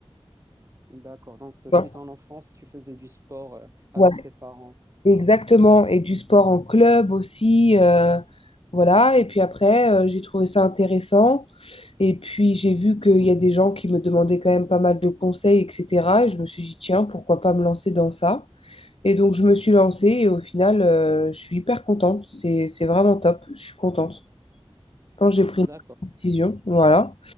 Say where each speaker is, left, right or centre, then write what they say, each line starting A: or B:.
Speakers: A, on the right; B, on the left.
A: D'accord. Donc, depuis
B: Tu
A: ton enfance, tu faisais du sport euh, avec
B: Ouais,
A: tes parents.
B: exactement. Et du sport en club aussi. euh, voilà. Et puis après, euh, j'ai trouvé ça intéressant. Et puis, j'ai vu qu'il y a des gens qui me demandaient quand même pas mal de conseils, etc. Et je me suis dit, tiens, pourquoi pas me lancer dans ça? Et donc, je me suis lancée et au final, euh, je suis hyper contente. C'est, c'est vraiment top. Je suis contente quand j'ai pris
A: D'accord.
B: une décision. Voilà.